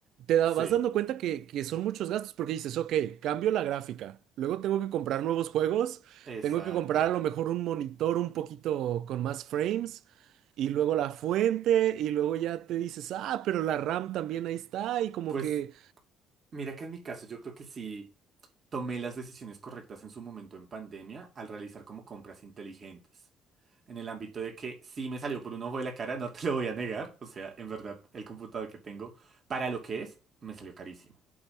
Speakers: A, on the right; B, on the right.
A: te da-
B: Sí,
A: vas dando cuenta que, que son muchos gastos porque dices, ok, cambio la gráfica, luego tengo que comprar nuevos juegos,
B: exacto.
A: tengo que comprar a lo mejor un monitor un poquito con más frames. Y luego la fuente, y luego ya te dices, ah, pero la RAM también ahí está, y como
B: Pues
A: que
B: mira que en mi caso yo creo que sí tomé las decisiones correctas en su momento en pandemia al realizar como compras inteligentes. En el ámbito de que sí me salió por un ojo de la cara, no te lo voy a negar. O sea, en verdad, el computador que tengo, para lo que es, me salió carísimo.